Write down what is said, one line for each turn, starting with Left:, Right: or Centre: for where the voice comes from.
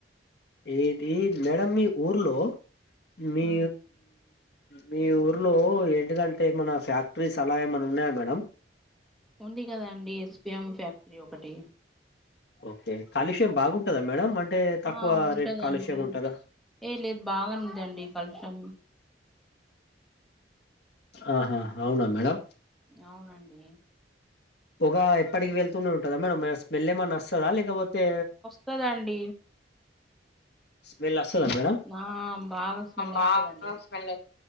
Left: ఏది మేడం మీ ఊర్లో మీ
Centre: ఉమ్
Left: మీ ఊరిలో ఏంటిదంటే ఏమన ఫ్యాక్టరీస్ అలా ఏమైన్నా ఉన్నాయా మేడంమ్
Centre: ఉంది కదా అండి ఎస్పిఎం ఫ్యాక్టరీ ఒకటి
Left: ఓకే కాలుష్యం బాగుంటదా మేడం అంటే తక్కువ
Centre: ఆ ఉంటదండి
Left: రేట్ కాలుష్యం ఉంటదా
Centre: ఏ లేదు బాగా ఉందండి కలుసం
Left: ఆహా అవునా మేడం
Centre: అవునండి
Left: పొగ ఎప్పటికి వెళ్తూనే ఉంటందా మేడం స్మెల్ ఏమన్నా వస్తదా లేకపోతే
Centre: కదండి
Left: స్మెల్ వస్తుందా మేడం
Centre: ఆ బాగా స్మెల్
Left: బాగా
Centre: వస్తదండి
Left: స్మెల్